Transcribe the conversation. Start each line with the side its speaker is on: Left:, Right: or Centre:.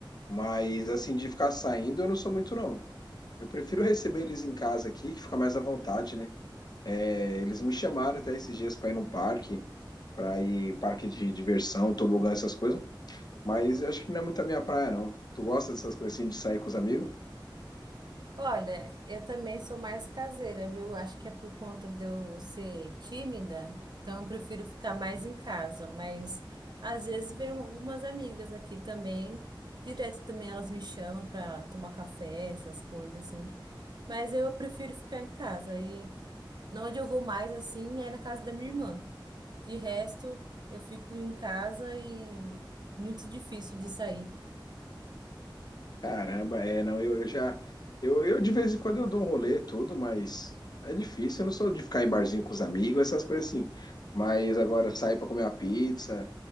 Left: Mas, assim, de ficar saindo, eu não sou muito, não. Eu prefiro receber eles em casa aqui, que fica mais à vontade, né? É, eles me chamaram até esses dias para ir num parque, para ir parque de diversão, tobogã, essas coisas. Mas eu acho que não é muito a minha praia, não. Tu gosta dessas coisas assim de sair com os amigos?
Right: Olha, eu também sou mais caseira, viu? Acho que é por conta de eu ser tímida, então eu prefiro ficar mais em casa. Mas às vezes vem algumas amigas aqui também, direto também elas me chamam para tomar café, essas coisas assim. Mas eu prefiro ficar em casa. E onde eu vou mais assim é na casa da minha irmã. De resto, eu fico em casa e muito difícil de sair.
Left: Caramba, é, não, eu, eu já. Eu, eu de vez em quando eu dou um rolê, tudo, mas é difícil. Eu não sou de ficar em barzinho com os amigos, essas coisas assim. Mas agora sair pra comer uma pizza,